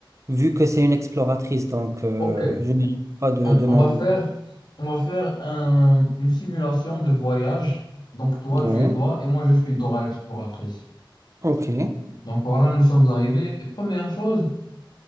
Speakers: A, on the right (about 35°); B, on the left (about 60°).
A: vu que c'est une exploratrice, donc euh,
B: ok,
A: je ne mérite pas de,
B: on,
A: de
B: on
A: m'ennuyer.
B: va faire, on va faire un- une simulation de voyage. Donc toi,
A: Ouais.
B: tu es toi et moi, je suis Dora l'exploratrice.
A: Ok.
B: Donc voilà, nous sommes arrivés. Et première chose,